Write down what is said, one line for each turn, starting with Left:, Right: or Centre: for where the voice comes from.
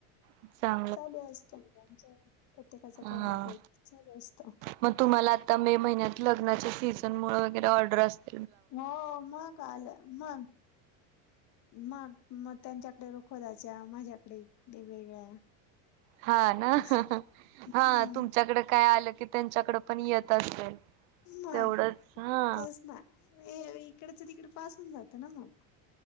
Right: अच्छा.
Left: चालू असतं म्हणजे आमच्या प्रत्येकाच काही
Right: हा
Left: ना काही चालू असतं.
Right: मग तुम्हाला आता मे महिन्यात लग्नाच्या सीझन मुळे वगैरे ऑर्डर असतात.
Left: हो मग आलं मग मग मग त्यांच्याकडे रुखवताच्या माझ्याकडे वेगवेगळ्या
Right: हा ना
Left: असं हम्म
Right: हा तुमच्याकडे काय आलं की त्यांच्याकड पण येत असेल
Left: मग
Right: तेवढंच हा
Left: तेच ना तिकडचं तिकडंच पास हून जातं ना मग